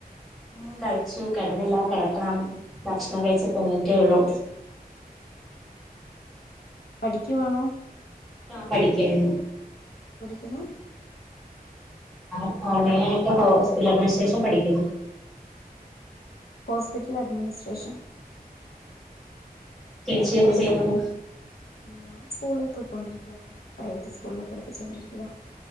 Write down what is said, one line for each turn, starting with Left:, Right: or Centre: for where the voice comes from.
Centre: ഉം കഴിച്ചു കിടന്നില്ല കിടക്കണം ഭക്ഷണം കഴിച് പൊങ്ങിട്ടേ ഉള്ളു
Left: പഠിക്കുവാണോ
Centre: ആ പഠിക്കയാണ്
Left: മ്
Centre: ഞാൻ ഓൺലൈനയിട്ട് ഹോസ്പിറ്റൽ അഡ്മിനിസ്ട്രേഷൻ പഠിക്കുന്നു.
Left: Hospital administration.
Centre: ചേച്ചിയും കൊച്ചു ചെയ്യുന്നു.
Left: ഞാൻ സ്കൂളിൽ പോയിക്കൊണ്ടിരിക്കുവടാ പ്രൈവറ്റ് സ്കൂളിൽ പഠിപ്പിച്ചോണ്ടിരിക്കവാ